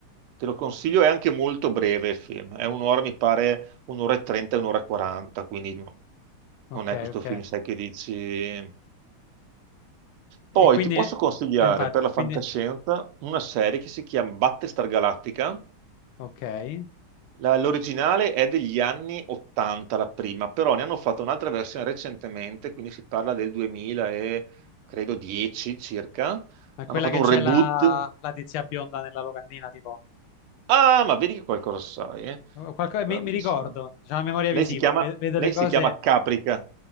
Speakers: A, on the right; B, on the left.
A: Te lo consiglio, è anche molto breve il film. È un'ora, mi pare, un'ora e trenta, un'ora e quaranta, quindi no-
B: Ok,
A: non è questo
B: ok.
A: film, sai che dici.
B: E
A: Poi
B: quindi,
A: ti posso
B: eh,
A: consigliare
B: infatti,
A: per la fantascienza
B: quindi,
A: una serie che si chiama Battlestar Galactica,
B: ok.
A: La- L'originale è degli anni 80, la prima, però ne hanno fatto un'altra versione recentemente, quindi si parla del 2000 e credo 10 circa.
B: Ma
A: Hanno
B: quella
A: fatto
B: che
A: un
B: c'è
A: reboot.
B: la, la tizia bionda nella locandina, tipo...
A: Ah, ma vedi che qualcosa sai, eh?
B: Oh, qualco- mi,
A: Bravissima.
B: mi ricordo, c'è la memoria
A: Lei
B: visiva,
A: si chiama,
B: ve- vedo
A: lei
B: le cose
A: si chiama Caprica.